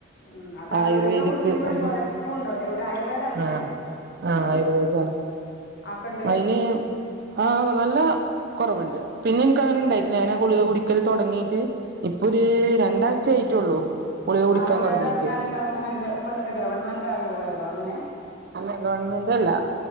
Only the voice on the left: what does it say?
ഉം അതാ
ഗുളിക കുടിക്കുമ്പോ ഒരു
കൊഴപ്പുണ്ട എവിടെ ആയുർവേദ കാണച്ചേ?
ആക്കണ്ട്
ഉം
ആയുർവേദ
<unintelligible> ഇപ്പണ്ടല്ലോ ഗവൺമെന്റ് ആയുർവേദം അങ്ങനെ?